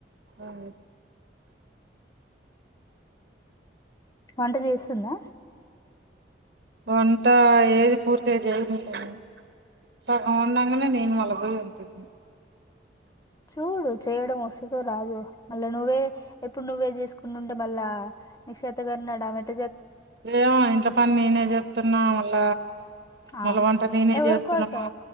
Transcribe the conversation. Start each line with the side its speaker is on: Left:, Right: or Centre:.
Right: అవు
Left: వంట చేస్తుందా
Right: వంట ఏది పూర్తి చేయనిలేని సగం ఉండంగానే నేను మళ్ల పోయి ఉంచి
Left: చూడు చేయడం వస్తుందో రాదో మళ్ళా నువ్వే ఎప్పుడు నువ్వే చేసుకునుఉండే మళ్ళా నిశచేతగాన్నాడ మట
Right: ఏమో ఇంట్లో పని నేనే తున్నా వళ్ళ
Left: ఆ
Right: మళ వంట నేనే
Left: ఎవరి
Right: చేస్తున్నామా
Left: కోసం